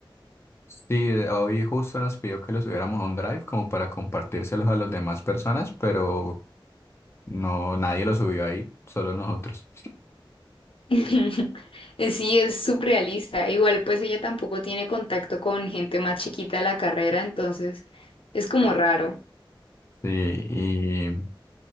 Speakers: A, on the left (about 30°); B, on the left (about 85°).
A: Sí, eh, hoy justo nos pidió que lo subiéramos a un Drive como para compartírselos a las demás personas, pero no, nadie lo subió ahí, solo nosotros.
B: <laughs> Eh, Sí, es surrealista. Igual, pues ella tampoco tiene contacto con gente más chiquita de la carrera, entonces es como raro.
A: Sí,